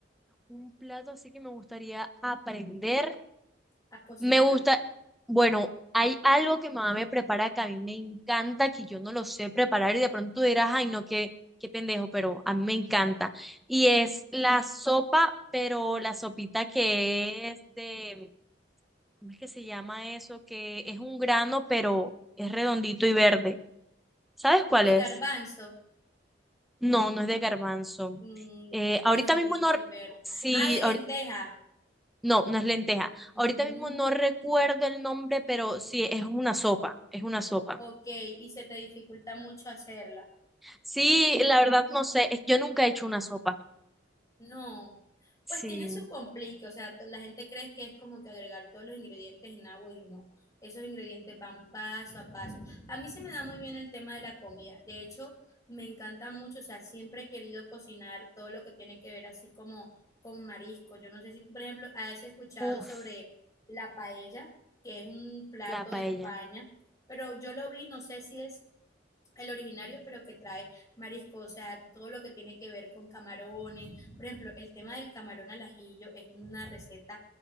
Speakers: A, in the centre; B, on the left (about 20°).
A: Un plato así que me gustaría aprender.
B: a cocinarlo.
A: Me gusta, bueno, hay algo que mamá me prepara que a mí me encanta, que yo no lo sé preparar y de pronto tú dirás, ay, no, qué, qué pendejo, pero a mí me encanta. Y es la sopa, pero la sopita que es de, ¿cómo es que se llama eso? Que es un grano, pero es redondito y verde. ¿Sabes cuál
B: De
A: es?
B: garbanzo,
A: No, no es de garbanzo.
B: mm,
A: Eh,
B: es
A: ahorita
B: redondito
A: mismo no,
B: y verde.
A: sí,
B: Ah, de lenteja.
A: ahorita- no, no es lenteja.
B: Mm,
A: Ahorita mismo no recuerdo el nombre, pero sí, es una sopa, es una sopa.
B: ok, y se te dificulta mucho hacerla.
A: Sí, la verdad no sé. es- Yo nunca he hecho una sopa.
B: No,
A: Sí.
B: pues tiene su complique, o sea, to- la gente cree que es como que agregar todos los ingredientes en agua y no, esos ingredientes van paso a paso. A mí se me da muy bien el tema de la comida, de hecho, me encanta mucho, o sea, siempre he querido cocinar todo lo que tiene que ver así como con marisco. Yo no sé si tú, por ejemplo, has escuchado
A: uff,
B: sobre la paella, que es un plato
A: la paella.
B: de España, pero yo lo vi, no sé si es el originario, pero que trae marisco, o sea, todo lo que tiene que ver con camarones. Por ejemplo, el tema del camarón al ajillo es una receta